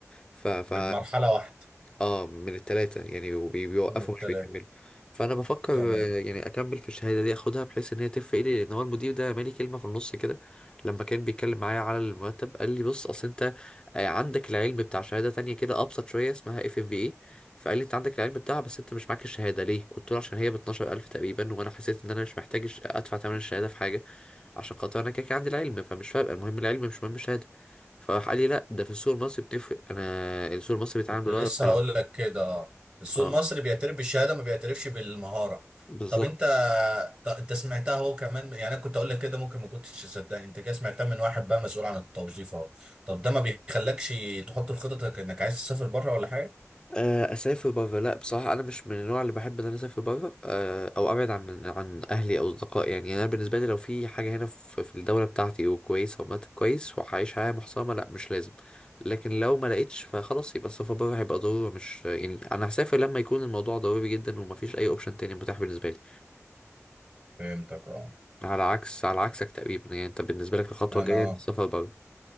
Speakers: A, on the left; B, on the right.
A: ف... ف
B: من مرحله واحده
A: اه من التلاتة يعني وبي- بيوقفوا
B: من التلاته
A: مش بيكملوا فانا بفكر
B: تمام
A: آه، يعني اكمل في الشهاده دي اخدها بحيث ان هي تفرق لي لان هو المدير ده مالي كلمه في النص كده لما كان بيتكلم معايا على المرتب قال لي بص اصل انت آه، عندك العلم بتاع شهاده تانية كده ابسط شويه اسمها اف ام في اي فقال لي انت عندك العلم بتاعها بس انت مش معاك الشهاده ليه قلت له عشان هي ب 12000 تقريبا وانا حسيت ان انا مش محتاج الش- ادفع ثمن الشهاده في حاجه عشان خاطر انا كده كده عندي العلم فمش فارقه المهم العلم مش مهم الشهاده فراح قال لي لا ده في السوق المصري بتفرق انا السوق المصري بيتعامل
B: كنت
A: بالورقه
B: لسه
A: والقلم
B: هقول لك كده اه السوق
A: اه
B: المصري بيعترف بالشهاده ما بيعترفش بالمهاره
A: بالظبط
B: طب انت ط- انت سمعتها هو كمان يعني انا كنت اقول لك كده ممكن ما كنتش تصدقني انت كده سمعتها من واحد بقى مسؤول عن التوظيف اهو طب ده ما بيخلكش تحط في خططك انك عايز تسافر بره ولا حاجه
A: آه، اسافر بره لا بصراحه انا مش من النوع اللي بحب ان انا اسافر بره آه، او ابعد عن عن اهلي او اصدقائي يعني انا بالنسبه لي لو في حاجه هنا في في الدوله بتاعتي وكويسه ومرتب كويس وعايش حياه محترمه لا مش لازم لكن لو ما لقيتش فخلاص يبقى السفر بره هيبقى ضروره مش يعني انا هسافر لما يكون الموضوع ضروري جدا ومفيش اي اوبشن تاني متاح بالنسبه لي
B: فهمتك اه
A: على عكس على عكسك تقريبا يعني انت بالنسبه لك الخطوه
B: انا
A: الجايه السفر بره